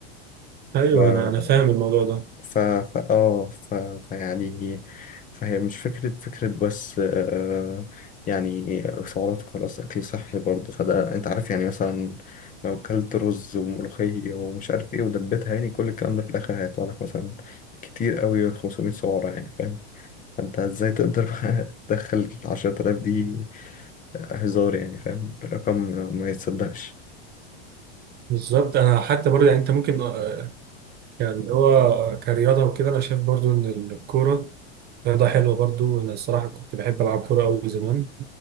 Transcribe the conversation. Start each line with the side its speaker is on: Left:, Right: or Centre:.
Right: أيوه
Left: فاهم
Right: أنا أنا فاهم الموضوع ده
Left: ف ف اه ف... فيعني فهي مش فكرة فكرة بس آه آه، يعني سعرات وخلاص أكل صحي برضه فده أنت عارف يعني مثلا لو كلت رز وملوخية ومش عارف إيه ودبيتها يعني كل الكلام ده في الآخر هيطلع لك مثلا كتير قوي 500 سعرة يعني فاهم فأنت إزاي تقدر بقى <laughs> تدخل 10000 دي هزار يعني فاهم رقم ما يتصدقش
Right: بالظبط أنا حتى برضو يعني أنت ممكن آه، يعني هو كرياضة وكده أنا شايف برضو إن الكورة رياضة حلوة برضو أنا الصراحة كنت بحب ألعب كورة أوي زمان